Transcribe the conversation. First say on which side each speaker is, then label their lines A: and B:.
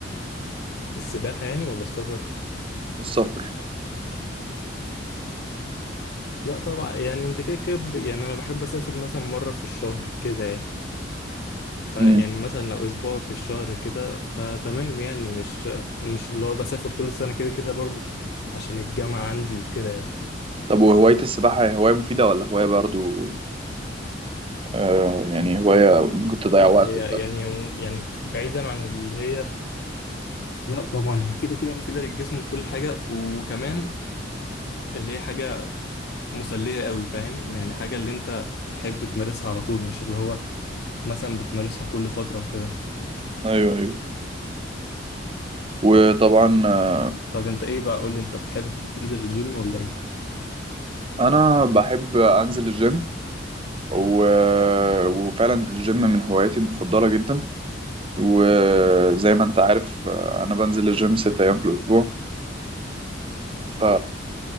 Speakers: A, on the left; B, on the right.
A: السباحة يعني ولا السفر؟
B: السفر
A: لا طبعا يعني انت كده كده ب- يعني انا بحب اسافر مثلا مرة في الشهر كده يعني فيعني
B: امم
A: مثلا لو اسبوع في الشهر كده فتمام يعني مش مش اللي هو بسافر طول السنة كده كده برضو عشان الجامعة عندي وكده يعني
B: طب وهواية السباحة هي هواية مفيدة ولا هواية برضو آه يعني هواية ممكن تضيع
A: لا
B: وقتك
A: هي يعني يعني بعيدا عن اللي هي لا طبعا هي كده كده مفيدة للجسم وكل حاجة وكمان اللي هي حاجة مسلية قوي فاهم يعني حاجة اللي انت تحب تمارسها على طول مش اللي هو مثلا بتمارسها كل فترة وكده
B: ايوه ايوه وطبعا آه،
A: طب انت ايه بقى قول لي انت بتحب تنزل الجيم ولا ايه
B: انا بحب انزل الجيم و... وفعلا الجيم من هواياتي المفضله جدا وزي ما انت عارف آه، انا بنزل الجيم ست ايام في الاسبوع ف